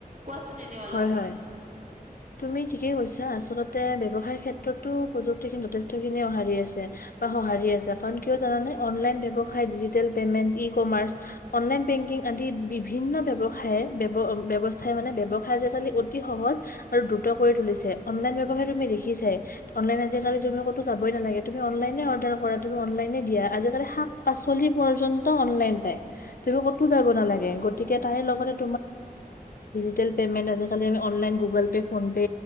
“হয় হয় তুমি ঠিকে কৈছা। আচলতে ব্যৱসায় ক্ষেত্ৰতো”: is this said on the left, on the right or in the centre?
Left